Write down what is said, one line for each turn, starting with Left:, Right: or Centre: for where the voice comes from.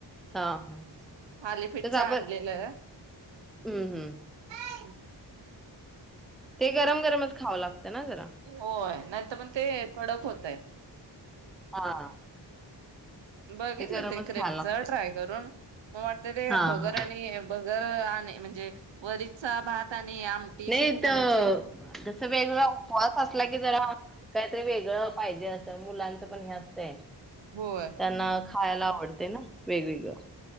Centre: हा हा
Right: थालीपीठचं
Centre: तसं आपण
Right: आणलेलं.
Centre: हम्म हम्म
Right: <inaudible>
Centre: ते गरम गरमच खावं लागतं ना जरा
Right: होय नाहीतर पण ते कडक होत. ईथ.
Centre: हा.
Right: बघितलं
Centre: गरमच
Right: ते क्रेपच
Centre: खायला लागते
Right: ट्राय करून मग वाटलं ते
Centre: हा
Right: भगर
Centre: हा
Right: आणि भगर नाही म्हणजे वरीचा भात. आणि आमटी
Centre: नाही
Right: शेंगदाण्याचे
Centre: तर तस वेगळा उपवास असला की जरा. काहीतरी वेगळं पाहिजे असं मुलांचं पण हे असतंय.
Right: होय
Centre: त्यांना. खायला आवडते ना वेगवेगळं.